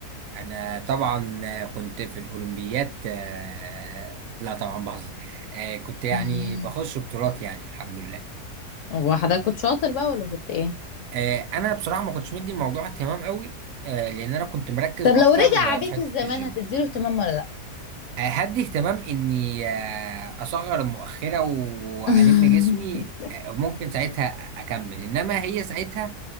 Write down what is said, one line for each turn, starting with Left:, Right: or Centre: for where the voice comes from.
Right: انا طبعا آه، كنت في الاولمبيات آه، لا طبعا بهزر آه، كنت يعني
Left: مم.
Right: بخش بطولات يعني الحمد لله
Left: هو حضرتك كنت شاطر بقى ولا كنت ايه
Right: آه، انا بصراحه ما كنتش مدي الموضوع اهتمام قوي آه، لان انا كنت مركز
Left: طب
Right: اكتر
Left: لو رجع
Right: آه، في
Left: بيك
Right: حته
Left: الزمان
Right: الجيم
Left: هتديله اهتمام ولا لا
Right: آه، هدي اهتمام اني آه، اصغر المؤخره والم
Left: <laughs>
Right: جسمي آه، ممكن ساعتها أ- اكمل انما هي ساعتها